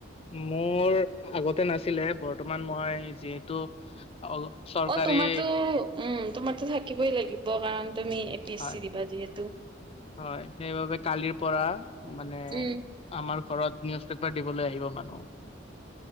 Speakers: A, on the left; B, on the right.
A: মোৰ আগতে নাছিলে, বৰ্তমান মই যিহেতু অ' চৰকাৰী
B: অ' তোমাৰতো উম তোমাৰতো থাকিবই লাগিব কাৰণ। তুমি এ পি এছ
A: হয়
B: চি দিবা যিহেতু।
A: হয় সেইবাবে কালিৰ পৰা মানে
B: উম।
A: আমাৰ ঘৰত নিয়স্থ প্ৰকাৰ দিবলৈ আহিব মানুহ।